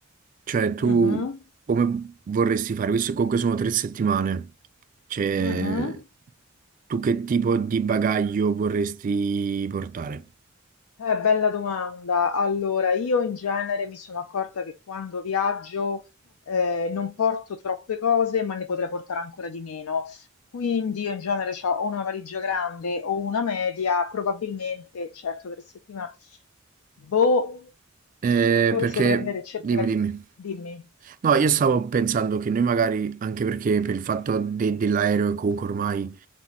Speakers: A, on the right (about 40°); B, on the left (about 85°).
A: cioè tu
B: Mhm,
A: come vorresti fare, visto che comunque sono tre settimane, cioè
B: mhm.
A: tu che tipo di bagaglio vorresti portare?
B: Eh, bella domanda. Allora, io in genere mi sono accorta che quando viaggio eh, non porto troppe cose, ma ne potrei portare ancora di meno. Quindi io in genere ho o una valigia grande o una media, probabilmente, certo, per settimana, boh,
A: Eh,
B: forse
A: perché,
B: prendere, cercherà
A: dimmi,
B: di...
A: dimmi.
B: Dimmi.
A: No, io stavo pensando che noi magari, anche perché per il fatto de- dell'aereo che comunque ormai